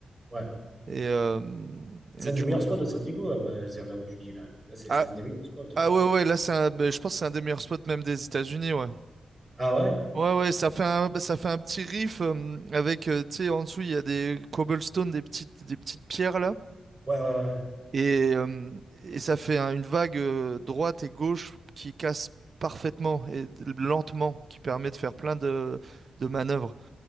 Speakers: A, on the right; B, on the right.
A: Ouais.
B: Et, euh,
A: C'est
B: et
A: un
B: du
A: des meilleurs
B: coup,
A: spots de San Diego, là, bah, c'est là où tu dis, là. Là, c'est
B: ah,
A: c'est un des meilleurs spots. là.
B: ah ouais, ouais, là, c'est un- ben, je pense que c'est un des meilleurs spots même des États-Unis, ouais.
A: Ah ouais?
B: Ouais, ouais, ça fait un, ça fait un petit riff euh, avec, euh, tu sais, en dessous, il y a des cobblestones, des petites, des petites pierres là.
A: Ouais, ouais, ouais.
B: Et, euh, et ça fait un- une vague euh, droite et gauche qui casse parfaitement et d- lentement, qui permet de faire plein de, de manœuvres.